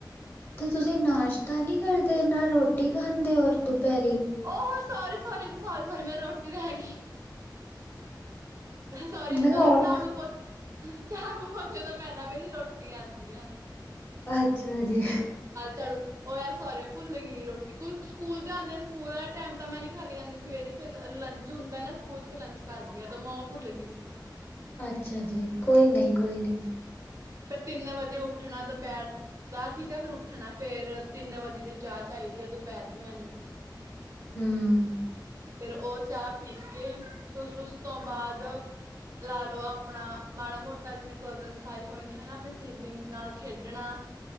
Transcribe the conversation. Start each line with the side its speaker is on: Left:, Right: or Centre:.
Left: ਤੇ ਤੁਸੀਂ ਨਾਸ਼ਤਾ ਨਹੀਂ ਕਰਦੇ, ਨਾ ਰੋਟੀ ਖਾਂਦੇ ਹੋਰ ਦੁਪਹਿਰੀ
Right: ਉਹ ਸੋਰੀ-ਸੋਰੀ, ਸੋਰੀ- ਮੇਰੀ, ਰੋਟੀ ਰੈਗੀ। ਸੋਰੀ,
Left: ਮੈਂ
Right: ਅ
Left: ਔਰ
Right: ਝਾੜੂ ਪੋਚ। ਝਾਰੂ ਪੋਚੇ ਤੋਂ, ਪਹਿਲਾਂ ਮੇਰੀ ਰੋਟੀ ਆਉਂਦੀ ਏ।
Left: ਅੱਛਾ ਜੀ।
Right: ਝਾੜੂ ਉਹ ਯਾਰ, ਸਾਰੀ ਮੈਂ ਭੁੱਲ ਗਈ ਰੋਟੀ, ਕੋਈ ਸਕੂਲ ਜਾਂਦੇ ਆ, ਸਕੂਲ ਵਾਲੇ, ਟਾਈਮ ਤਾਂ ਮੈਂ ਨੀ ਖਾ ਕੇ ਜਾਂਦੀ ਸਵੇਰੇ ਫਿਰ, ਲੰਚ ਹੁੰਦਾ ਨਾ, ਸਕੂਲ ਚ ਫਿਰ ਲੰਚ ਕਰਦੀ ਆ, ਤਾਂ ਮੈਂ ਓ ਭੁੱਲ ਗਈ ਸੀ।
Left: ਅੱਛਾ ਜੀ, ਕੋਈ ਨਹੀਂ, ਕੋਈ ਨਹੀਂ।
Right: ਫੇਰ, ਤਿੰਨ ਵਜੇ ਉੱਠਣਾ ਦੁਪਹਿਰ <unintelligible> ਠੀਕ ਹੈ, ਫਿਰ ਉੱਠਣਾ, ਫੇਰ ਤਿੰਨ ਵਜੇ ਦੀ ਚਾਹ ਚਾਹੀਦੀ ਹੈ ਦੁਪੈਰ ਦੀ ਮੈਨੂੰ
Left: ਹਮ
Right: ਫੇਰ, ਉਹ ਚਾਹ ਪੀ ਕੇ <unintelligible> ਉਸ ਤੋਂ ਬਾਅਦ। ਲਾ ਲੋ, ਆਪਣਾ ਮਾੜਾ ਮੋਟਾ ਜਿਵੇਂ, ਕਜ਼ਨਸ ਆਏ ਹੋਏ ਨੇ, ਹੈਨਾ, ਅਪਣੇ ਸਿਬਲਿੰਗਸ ਨਾਲ ਖੇਡਣਾ